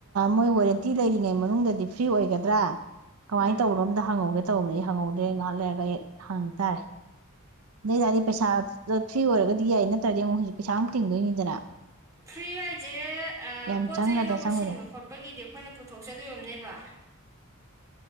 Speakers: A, on the right; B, on the right.
A: ꯃꯣꯏ ꯋꯥꯔꯦꯟꯇꯤ ꯂꯩꯔꯤꯉꯩ ꯃꯅꯨꯡꯗꯗꯤ ꯐ꯭ꯔꯤ ꯑꯣꯏꯒꯗ꯭ꯔꯥ ꯀꯃꯥꯏꯅ
B: ꯎꯝ
A: ꯇꯧꯕꯅꯣꯝꯇ ꯍꯪꯍꯧꯒꯦ ꯇꯧꯅꯤ ꯑꯩ ꯍꯪꯍꯧꯗ꯭ꯔꯦ ꯉꯥꯏꯍꯥꯛ ꯂꯩꯔꯒ ꯑꯩ ꯍꯪꯉ ꯇꯥꯔꯦ ꯑꯗꯨꯏꯇꯥꯗꯤ ꯄꯩꯁꯥ ꯐ꯭ꯔꯤ ꯑꯣꯏꯔꯒꯗꯤ ꯌꯥꯏ ꯅꯠꯇ꯭ꯔꯗꯤ ꯑꯃꯨꯛ ꯍꯧꯖꯤꯛ ꯄꯩꯁꯥꯃꯨꯛ ꯇꯤꯡꯗꯣꯏꯅꯤꯗꯅ
B: ꯁꯤ ꯍꯥꯏꯁꯦ
A: ꯌꯥꯝ
B: ꯄꯣꯠꯆꯩ
A: ꯆꯪꯒꯗ꯭ꯔꯥ
B: ꯑꯅꯧꯕ
A: ꯆꯪꯉꯣꯏꯗ꯭ꯔꯥ
B: ꯁꯤꯟꯕ ꯈꯣꯠꯄꯒꯤꯗꯤ ꯑꯩꯈꯣꯏꯅ ꯄꯨꯊꯣꯛꯆꯗꯣꯏ ꯑꯣꯏꯔꯝꯅꯦꯕ